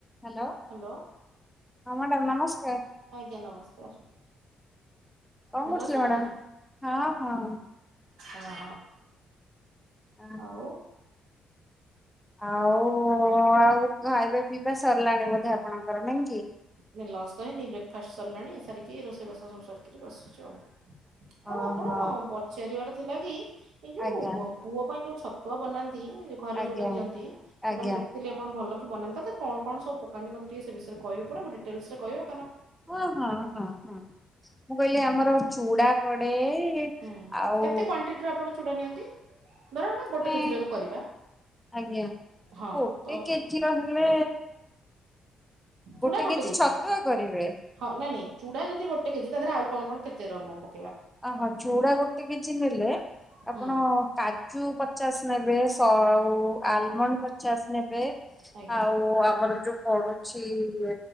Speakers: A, in the centre; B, on the right.
A: Hello
B: hello
A: ହଁ madam ନମସ୍କାର।।
B: ଆଜ୍ଞା ନମସ୍କାର।
A: କଣ
B: ଭଲ
A: କରୁଥିଲେ
B: ଅଛନ୍ତି
A: ମ୍ୟାଡ଼ାମ? ହଁ ହଁ।
B: ଅ ହ।
A: ହଁ।
B: ଆଉ।
A: ଆଉ ଆଉ। ଖାଇବା ପିଇବା ସରିଲାଣି ବୋଧେ ଆପଣଙ୍କର ନାଇଁ କି।
B: ଲଞ୍ଚ ତ ହେଇନି। ବ୍ରେକଫାଷ୍ଟ ସରିଲାଣି ସାରିକି ରୋଷେଇବାସ ସବୁ ସରିକିରି ବସିଛୁ ଆଉ। ଆଉ
A: ଓହୋ
B: ଆପଣ ପଚାରିବାଟା ସେଥିଲାଗି। ଏଇ ଯୋଉ
A: ଆଜ୍ଞା
B: ଙ ପୁଅ ପାଇଁ ଯୋଉ ଛତ୍ ତୁଅ ବନାନ୍ତି। ତି ଘରେ
A: ଆଜ୍ଞା
B: ଯଉଟା ଦିଅନ୍ତି ସେଇଟା
A: ଆଜ୍ଞା
B: ମୁଁ ଦେଖିଥିଲି ଆପଣ ଭଲ ବନାନ୍ତି ତ କଣ କଣ ସବୁ ପକାନ୍ତି ମତେ ଟିକେ ସେ ବିଷୟରେ କହିବେ ପରା ମୁଁ ଡିଟ୍ ଟେଲସ୍ ରେ କହିବ।
A: ହଁ ହଁ ହଁ ହଁ ମୁଁ କହିଲି ଆମର ଚୁଡ଼ା ପଡେ
B: ହୁଁ
A: ଆଉ
B: କେତେ କ୍ଵାଣ୍ଟିଟିର ଆପଣ ଚୁଡ଼ା ନିଅନ୍ତି? ଧର ଆମେ ଗୋଟେ
A: ମାନେ
B: କେଜିର ତ କରିବା
A: ଆଜ୍ଞା
B: ହଁ
A: ଗୋଟେ
B: ତ
A: କେଜିର ହେଲେ ଗୋଟେ
B: ଚୁଡା ଗୋଟ୍
A: କେଜି
B: ଟିକ୍ ଅଛି।
A: ଛତୁଆ କରିବେ
B: ହଁ ନାଇଁ ନାଇଁ ଚୁଡା ଯଦି ଗୋଟେ କେଜି ତାଧେରେ ଆଉ କଣ କଣ କେତେ ର ମପ?
A: ଅହୋ ଚୁଡା ଗୋଟେ କେଜି ନେଲେ
B: ହୁଁ।
A: ଆପଣ କାଜୁ ପଚାଶ ନେବେ ଶ ଆଉ ଆଲମଣ୍ଡ ପଚ୍ ପଚାଶ ନେବେ।
B: ଆଜ୍ଞା
A: ଆଉ ଆମର ଯୋଉ ପଡୁଛି ହ